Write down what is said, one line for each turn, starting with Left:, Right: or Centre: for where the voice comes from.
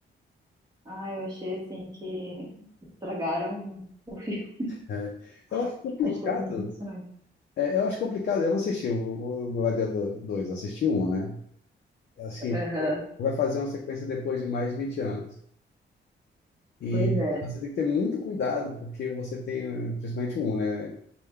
Right: Ah, eu achei assim que estragaram o filme.
Left: É. Eu acho
Right: <laughs>
Left: complicado.
Right: Achei muito decepcionante.
Left: É, eu acho complicado. Eu não assisti o, o Gladiador 2, assisti um, né? É Assim,
Right: Aham,
Left: vai fazer uma sequência depois de mais de 20 anos. E
Right: Pois é.
Left: você tem que ter muito cuidado, porque você tem, eh, principalmente um, né?